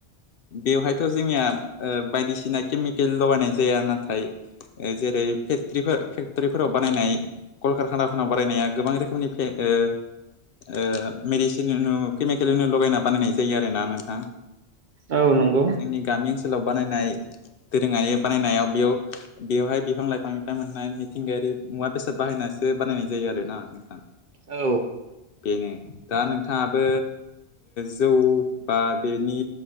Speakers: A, on the left; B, on the right.
A: बेवहायथ' जोंनिया ओ बायदिसिना केमिकेल लगायनाय जाया नाथाय जेरै फेक्ट फेक्टरिफोराव बानायनाय कलकारखानाफोरनाव बारायनाया गोबां रोखोमनि फे ओ ओ मेडिसिन केमिकेलनो लगायना बानायनाय जायो आरोना नोंथाङा
B: औ नंगौ
A: जोंनि गामि ओनसोलाव बानायनाय दोरोङारि बानायनायाव बेयाव बेवहाय बिफां लाइफांनिफ्राय मोननाय मिथिंगायारि मुवा बेसाद बाहायनाय बेसो बानायनाय जायो आरो ना नोंथाङा
B: औ
A: बेनो दा नोंथाङाबो जौ बा बेनि